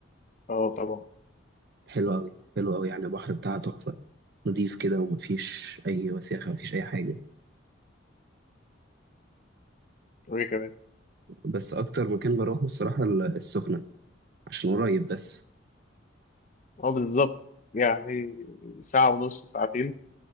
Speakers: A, on the left; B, on the right.
A: اه طبعا
B: حلوة أوي حلوة أوي يعني البحر بتاعها تحفة نضيف كده ومفيش أي وساخة مفيش أي حاجة
A: وايه كمان
B: بس أكتر مكان بروحه الصراحة ال- السخنة عشان قريب بس
A: اه بالظبط يعني ساعة ونص ساعتين